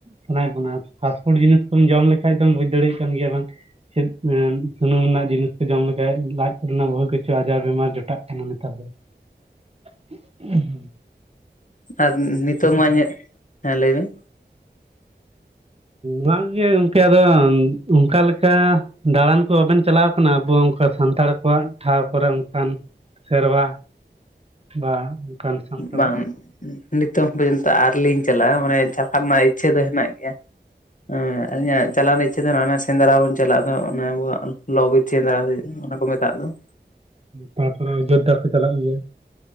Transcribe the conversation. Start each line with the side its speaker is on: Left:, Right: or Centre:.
Right: ᱥᱟᱱᱟᱭᱮᱫ ᱵᱚᱱᱟ, ᱯᱷᱟᱥᱯᱷᱳᱰ ᱡᱤᱱᱤᱥ ᱠᱳᱢ ᱡᱚᱢ ᱞᱮᱠᱟᱱᱡ ᱫᱚᱢ ᱵᱩᱡ ᱫᱟᱲᱮᱭᱟᱜ ᱠᱟᱱ ᱜᱮᱭᱟ ᱵᱮᱱ ᱾ ᱥᱮᱫ ᱥᱩᱱᱩᱢ ᱨᱮᱱᱟᱜ ᱡᱤᱱᱤᱥ ᱠᱚ ᱡᱚᱢ ᱞᱮᱠᱷᱟᱡ ᱞᱟᱡ ᱯᱩᱨᱚᱱᱳ ᱵᱚᱦᱩ ᱠᱤᱪᱷᱩ ᱟᱡᱟᱨ ᱵᱤᱢᱟᱨ ᱡᱚᱴᱟᱜ ᱠᱟᱱᱟ ᱱᱮᱛᱟᱨ ᱫᱚ‌ ᱾ <unintelligible> ᱦᱩᱸ
Left: ᱟᱨ ᱱᱤᱛᱚᱜ ᱢᱟ ᱤᱧᱟᱹᱜ, ᱦᱮᱸ ᱞᱟᱹᱭ ᱢᱮ ᱾
Right: ᱵᱟᱝᱜᱮ ᱚᱝᱠᱟᱫᱚ ᱚᱱᱠᱟ ᱞᱮᱠᱟ ᱫᱟᱬᱟᱱ ᱠᱚ ᱵᱟᱵᱮᱱ ᱪᱟᱞᱟᱣ ᱟᱠᱟᱱᱟ ᱟᱵᱚ ᱚᱱᱠᱟ ᱥᱟᱱᱛᱟᱲ ᱠᱚᱣᱟᱜ ᱴᱷᱟᱶ ᱠᱚᱨᱮ ᱚᱱᱠᱟᱱ? ᱥᱮᱨᱣᱟ ᱵᱟ ᱚᱱᱠᱟᱱ ᱥᱟᱱᱛᱟᱲ
Left: ᱵᱟᱝ ᱱᱤᱛᱚᱝ ᱵᱤᱞᱛᱚ ᱟᱣᱨᱤᱞᱤᱧ ᱪᱟᱞᱟᱜᱼᱟ ᱢᱟᱱᱮ ᱪᱟᱞᱟᱜ ᱨᱮᱱᱟᱜ ᱤᱪᱪᱷᱟᱹ ᱫᱚ ᱦᱮᱱᱟᱜ ᱜᱮᱭᱟ ᱾ ᱦᱮᱸ ᱤᱧᱟᱜ ᱪᱟᱞᱟᱣ ᱨᱮᱱᱟᱜ ᱤᱪᱪᱷᱟᱹ ᱫᱚ ᱢᱮᱱᱟᱜ ᱚᱱᱟ ᱥᱮᱸᱫᱽᱨᱟ ᱵᱚᱱ ᱪᱟᱞᱟᱜᱼᱟ ᱫᱚ ᱚᱱᱣᱟᱜ ᱞᱚ ᱵᱤᱨ ᱥᱮᱸᱫᱽᱨᱟ ᱚᱱᱟ ᱠᱚ ᱢᱮᱛᱟᱜ ᱫᱚ ᱾
Right: ᱛᱟᱯᱚᱨᱮ ᱚᱡᱳᱫᱽᱫᱷᱟ ᱠᱚ ᱪᱟᱞᱟᱜ ᱜᱮᱭᱟ